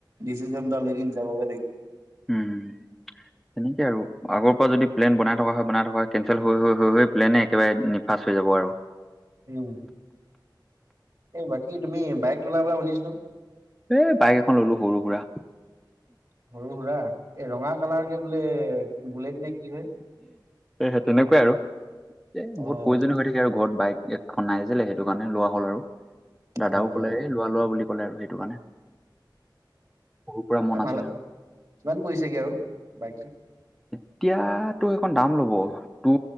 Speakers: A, on the right; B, in the centre.
A: ডিচিচন এটা লৈ যাবগে লাগিব।
B: উম, তেনেকে আৰু আগৰ যদি প্লেন বনাই থকা হয়, বনাই থকা কেনচেল হৈ হৈ হৈ হৈ প্লেনে একেবাৰে নিফাচ হৈ যাব আৰু।
A: উম। এই বাকী তুমি বাইক ললা বোলে শুনিছিলো।
B: এ বাইক এখন ললো সৰু-সুৰা।
A: সৰু-সুৰা, এই ৰঙা কালাৰকে বোলে বুলেট নে কি হয়?
B: হে তেনেকুৱাই আৰু এ বহুত
A: অ',
B: প্ৰয়োজনীয় হৈ থাকে আৰু ঘৰত বাইক এখন নাই যে সেই সেইটো কাৰণে লোৱা হ'ল আৰু, দাদাও
A: অ'।
B: ক'লে এ লোৱা লোৱা বুলি ক'লে আৰু সেইটো কাৰণে। সৰুৰ পৰা মন
A: অ' ভাল
B: আছিলে
A: আ
B: আৰু
A: কিমান পৰিছেগে আৰু বাইকটো?
B: এতিয়া তোৰ সেইখন দাম ল'ব টু